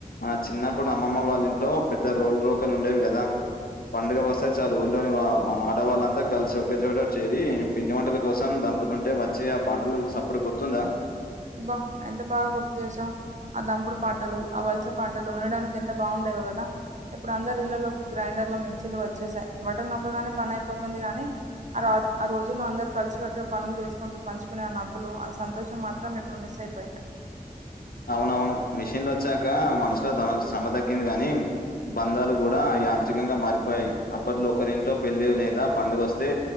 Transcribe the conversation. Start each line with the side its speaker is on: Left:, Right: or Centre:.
Left: ఆ చిన్నప్పుడు అమ్మమ్మ వాళ్లింట్లో పెద్ద రోల్ రోకలుండేవి గదా పండుగ వస్తే చాలు ఊర్లోని ఆడవాళ్ళంతా కలిసి ఒకే చోట చేరి పిండి వంటల కోసం దంప అంటే వచ్చి ఆ పాటలు సప్పుడు గుర్తుందా
Right: బా ఎంత బాగా గుర్తు చేసావ్ ఆ దంపుడు పాటలు ఆ వలస పాటలు వినడానికి ఎంత బావుండేవో కదా ఇప్పుడు అందరు ఇళ్లలోకి గ్రైండర్ లో మిక్సీలు వచ్చేసాయి బటన్ నొక్కగానే పని అయిపోతుంది గానీ ఆ రా ఆ రోజుల్లో అందరూ కలిసి కట్టుగా పనులు చేసుకుంటూ పంచుకునే ఆ నవ్వులు ఆ సంతోషం మాత్రం అప్పుడు మిస్ అయిపోయ్
Left: అవునవును మిషిన్ లోచ్చాక మనుషుల దమ శ్రమ తగ్గింది గాని బంధాలు కూడా యంత్రికంగా మారిపోయాయి అప్పట్లో ఒకరింట్లో పెళ్లి లేదా పండుగ వస్తే